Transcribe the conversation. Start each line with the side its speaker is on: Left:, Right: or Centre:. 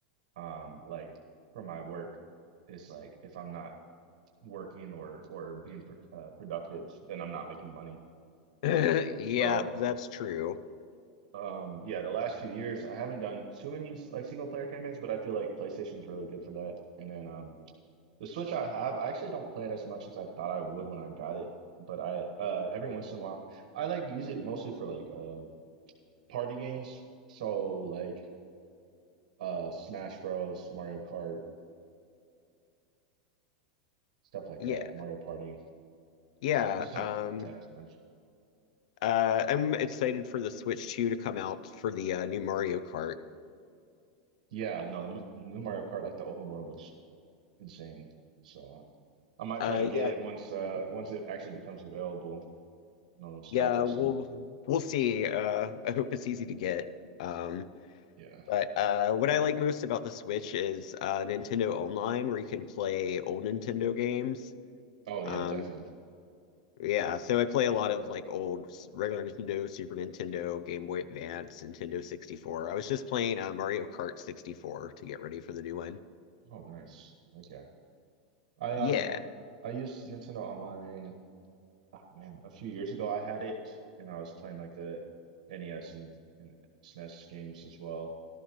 Right: um, like for my work, it's like if I'm not working or or being pr uh, productive, then I'm not making money.
Left: <laughs> Yeah,
Right: So,
Left: that's true.
Right: um, yeah, the last few years I haven't done too many like single player campaigns, but I feel like PlayStation's really good for that. And then, um, The Switch I have, I actually don't play it as much as I thought I would when I got it, but I uh every once in a while I like use it mostly for like uh party games. So like uh Smash Bros, Mario Kart, stuff like
Left: Yeah,
Right: that, Mario Party.
Left: yeah.
Right: I just don't
Left: Um,
Right: play it as much.
Left: uh, I'm excited for the Switch 2 to come out for the uh, new Mario Kart.
Right: Yeah, no, the m- new Mario Kart, like the open world looks insane. So uh, I might
Left: Uh,
Right: try to get
Left: yeah,
Right: it once uh once it actually becomes available. No scalpers
Left: yeah. We'll
Right: and
Left: we'll see. Uh, I hope it's easy to get. Um,
Right: yeah.
Left: But uh, what I like most about the Switch is uh, Nintendo Online, where you can play old Nintendo games.
Right: Oh yeah,
Left: Um,
Right: definitely.
Left: yeah, so I play a lot of like old s- regular Nintendo, Super Nintendo, Game Boy Advance, Nintendo 64. I was just playing uh, Mario Kart 64 to get ready for the new one.
Right: Oh nice. Okay. I um
Left: Yeah.
Right: I used Nintendo Online, oh man, a few years ago I had it and I was playing like the NES and, and SNES games as well.